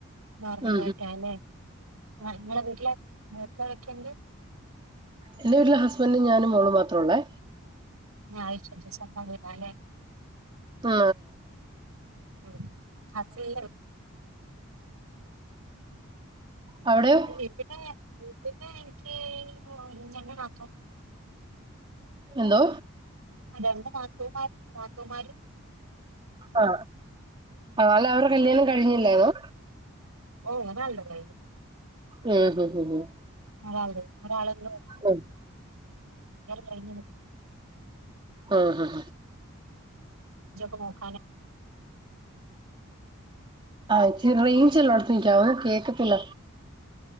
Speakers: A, on the right; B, on the right.
A: നോർമൽ
B: ഉ
A: റൈറ്റാ അല്ലേ നിങ്ങളെ വീട്ടില വീട്ടില വക്കണ്ട്
B: എന്റെറെ വീട്ടിലില് ഹസ്ബൻറും ഞാനും മോളും മാത്രമള്ളേ
A: ഞ ആയിചണ്ട് സന്നതിന്നാലേ
B: ആ
A: ഉ ഹസി
B: അവിടെയോ
A: എവിടെ ഇവിടെ എനിക്ക് ആ പണ
B: എന്തോ
A: അ നാത്തോമാരി നാത്തോമാരി
B: ആ ആാല അവരു കല്യാണം കഴിഞ്ഞില്ലായിന്നോ
A: ഓ നല്ല കായി
B: ഉ ഹ ഹ
A: ഒരാള ഒരാള ഒരാൾ
B: ഉം
A: കഴിഞ്ഞ
B: ആഹ് ഹഹ
A: ക്ക നോക്കാന്
B: ആ ഇ റേയിഞ്ച് അ ചോ കേക്കത്തില്ല